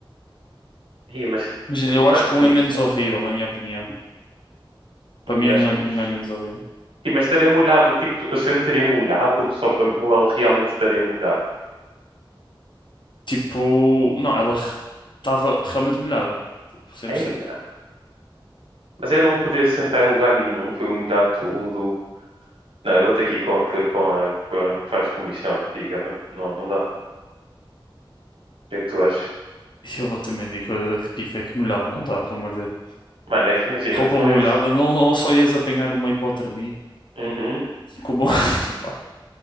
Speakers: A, on the right; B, on the left.
A: Eia, mas
B: Imagina,
A: que
B: eu
A: me
B: acho
A: faz comichão
B: que um é menos horrível,
A: também.
B: na minha opinião.
A: Mano,
B: Para mim,
A: eu acho
B: um é,
A: que
B: um
A: os...
B: é menos horrível.
A: Sim, mas estaria molhado, tipo, eu sentaria molhado só para mim ou ele realmente estaria molhado?
B: Tipo, não, ela estava realmente molhada. Tipo, 100%.
A: Eia, mas eu não me poder sentar em lugar nenhum, que eu ia molhar tudo. Não, eu vou ter que ir com a que, com a, com a que faz comissão, a que diga, mano. Não, não dá. O que é que tu achas?
B: E eu vou também dizer coisa que pica, é que molhado não dá, pelo amor de
A: Mano, é que imagina,
B: roupa
A: tu não
B: molhada,
A: ias.
B: não, não só ias apanhar uma hipotermia,
A: Uhum.
B: como
A: Mano,
B: <laughs>
A: tu,
B: pá,